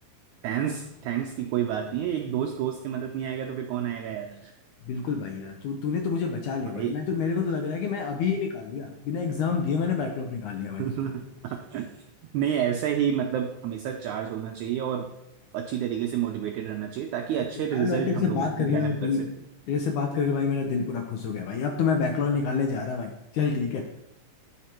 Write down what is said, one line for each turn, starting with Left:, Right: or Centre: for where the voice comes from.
Right: थैंक्स थैंक्स की कोई बात नहीं है एक दोस्त दोस्त की मदद नहीं आएगा तो फिर कौन आएगा यार
Left: बिल्कुल भाई यार तू तूने तो मुझे बचा लिया
Right: हाँ,
Left: भाई
Right: ए-
Left: मैं तो मेरे को तो लग रहा है कि मैं अभी ही निकाल लिया बिना एग्जाम दिए मैंने बैकलॉग निकाल लिया भाई
Right: नहीं ऐसे ही मतलब हमेशा चार्ज होना चाहिए और अच्छी तरीके से मोटिवेटेड रहना चाहिए ताकि अच्छे
Left: अरे
Right: रिजल्ट
Left: भाई तेरे
Right: हम
Left: से
Right: लोग
Left: बात करके
Right: ग्रैब
Left: मेरा दिल
Right: कर सकें
Left: तेरे से बात करके भाई मेरा दिल पूरा खुश हो गया भाई अब तो मैं बैकलॉग निकालने जा रहा भाई चल ठीक है